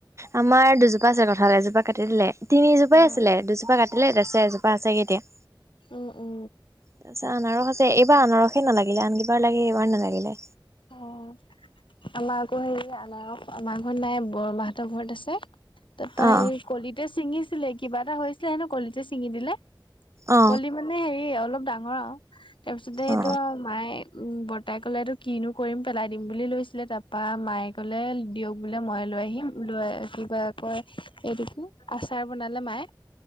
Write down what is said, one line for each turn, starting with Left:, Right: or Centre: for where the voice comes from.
Right: আমাৰ দুজোপা আছে কঠাল এজোপা কাটি দিলে তিনিজোপাই
Left: উম
Right: আছিলে দুজোপা কাটিলে তাৰপিছত এজোপা আছে এতিয়া।
Left: উ উ
Right: তাৰপিছত আনাৰস আছে এইবাৰ আনাৰসে নালাগিলে আন কিবাৰ লাগে এইবাৰ নালাগিলে,
Left: অ আমাৰ আকৌ হেৰি আাৰ আমাৰ ঘৰত নাই বৰমাহঁতৰ ঘৰত আছে তাৰপা
Right: অ
Left: হেৰি কলিতে ছিঙিছিলে কিবা এটা হৈছিলে হেনো কলিতে ছিঙি দিলে,
Right: অ
Left: কলি মানে হেৰি অলপ ডাঙৰ আৰু তাৰপিছতে সেইটো
Right: অ
Left: আৰু মায়ে উম বটা কলা ৰ কিনো কৰিম পেলাই দিম বুলি লৈছিলে তাৰপা মায়ে ক'লে দিয়ক বোলে মই লৈ আহিম লৈ আহি কয় এই দুখো আছে আচাৰ বনালে মাই,